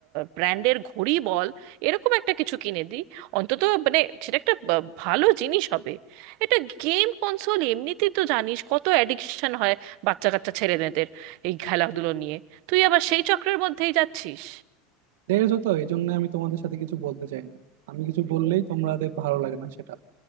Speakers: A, on the right; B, on the right.
A: ব্র্যান্ডের ঘড়ি বল এরকম একটা কিছু কিনে দি অন্তত মানে সেটা একটা বা- ভালো জিনিস হবে এটা গেম কনসোল এমনিতেই তো জানিস কত অ্যাডিকশন হয় বাচ্চা কাচ্চা ছেলেমেয়েদের এই খেলাধুলো নিয়ে তুই আবার সেই চক্রের মধ্যেই যাচ্ছিস
B: দেখেছো তো এই জন্য আমি তোমাদের সাথে কিছু বলতে চাই না আমি কিছু বললেই তোমাদের ভালো লাগে না সেটা